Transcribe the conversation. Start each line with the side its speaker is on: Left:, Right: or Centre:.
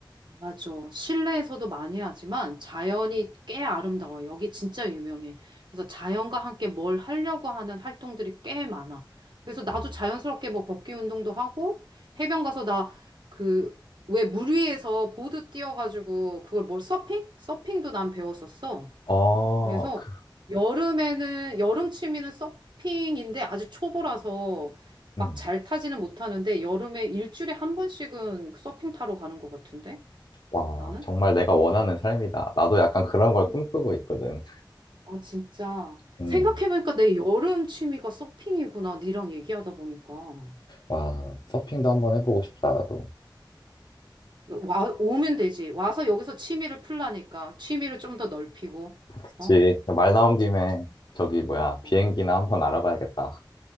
Right: 맞아. 실내에서도 많이 하지만 자연이 꽤 아름다워요. 여기 진짜 유명해. 그래서 자연과 함께 뭘 하려고 하는 활동들이 꽤 많아. 그래서 나도
Left: 어,
Right: 자연스럽게 뭐 걷기 운동도 하고 해변 가서 나 그 왜 물 위에서 보드 띄워가지고 그걸 뭘 서핑? 서핑도 난 배웠었어.
Left: 어,
Right: 그래서
Left: 그,
Right: 여름에는 여름 취미는 서핑인데 아직 초보라서 막
Left: 음.
Right: 잘 타지는 못하는데 여름에 일주일에 한 번씩은 서핑 타러 가는 것 같은데
Left: 와,
Right: 나는?
Left: 정말 내가 원하는 삶이다. 나도 약간 그런 걸
Right: 오,
Left: 꿈꾸고 있거든.
Right: 아, 진짜.
Left: 음.
Right: 생각해보니까 내 여름 취미가 서핑이구나. 니랑 얘기하다 보니까.
Left: 와, 서핑도 한번 해보고 싶다, 나도.
Right: 와, 오면 되지. 와서 여기서 취미를 풀라니까. 취미를 좀 더 넓히고.
Left: 그치.
Right: 어?
Left: 말 나온 김에 저기 뭐야,
Right: 어,
Left: 비행기나 한번 알아봐야겠다.